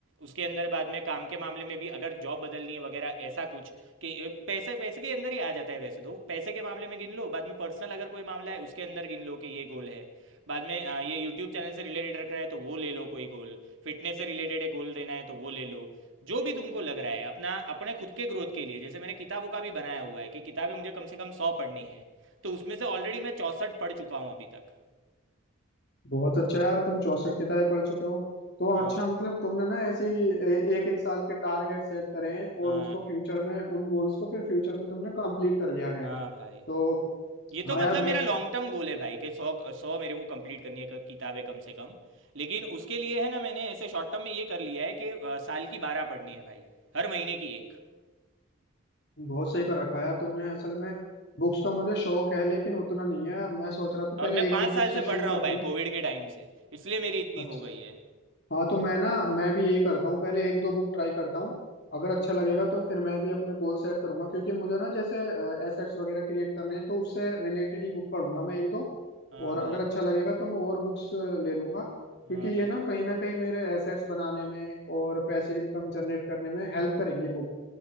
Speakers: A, on the right; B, on the left.
A: उसके अंदर बाद में काम के मामले में भी अगर जॉब बदलनी है वगैरह ऐसा कुछ कि अ, पैसे पैसे के अंदर ही आ जाता है वैसे तो पैसे के मामले में गिन लो बाद में पर्सनल अगर कोई मामला है उसके अंदर गिन लो कि ये गोल है बाद में अ, ये यूट्यूब चैनल से रिलेटेड रखना है तो वो ले लो कोई गोल फिटनेस से रिलेटेड है गोल देना है तो वो ले लो जो भी तुमको लग रहा है अपना अपने खुद के ग्रोथ के लिए जैसे मैंने किताबों का भी बनाया हुआ है कि किताबें मुझे कम से कम सौ पढ़नी है तो उसमें से ऑलरेडी मैं चौंसठ पढ़ चुका हूँ अभी तक
B: बहुत अच्छा यार तुम चौसठ किताबें पढ़ चुके हो तो
A: हाँ
B: अच्छा
A: भाई
B: मतलब तुमने ना ऐसी एक एक साल के टारगेट सेट करे हैं
A: हाँ
B: और उसको फ्यूचर में उन गोल्स को फिर फ्यूचर में तुमने कंप्लीट कर लिया है
A: हाँ
B: तो
A: भाई ये तो
B: हाँ
A: मतलब
B: यार मैं
A: मेरा लॉन्ग टर्म गोल है भाई कि सौ सौ मेरे को कंप्लीट करनी है क- किताबें कम से कम लेकिन उसके लिए है ना मैंने ऐसे शॉर्ट टर्म में ये कर लिया है कि अ, साल की बारह पढ़नी है भाई हर महीने की एक
B: बहुत सही कर रखा है यार तुमने असल में बुक्स का मुझे शौक है लेकिन उतना नहीं है मैं सोच रहा था
A: और
B: पहले
A: मैं
B: एक
A: पाँच
B: दो बुक
A: साल
B: से
A: से
B: शुरू
A: पढ़ रहा
B: करता
A: हूँ भाई
B: हूँ
A: कोविड के टाइम से इसलिए मेरी इतनी
B: अच्छा।
A: हो गई है
B: हाँ तो मैं ना मैं भी यही करता हूँ पहले एक दो बुक ट्राई करता हूँ अगर अच्छा लगेगा तो फिर मैं भी अपने गोल सेट करूंगा क्योंकि मुझे ना जैसे एसेट्स वगैरह क्रिएट करने हैं तो उससे रिलेटेड ही बुक पढ़ूंगा मैं एक दो
A: हाँ
B: और
A: भाई
B: अगर अच्छा लगेगा तो मैं और बुक्स ले लूंगा
A: हाँ
B: क्योंकि
A: भाई
B: ये ना कहीं ना कहीं मेरे एसेट्स बनाने में और पैसिव इनकम जनरेट करने में हेल्प करेंगे बुक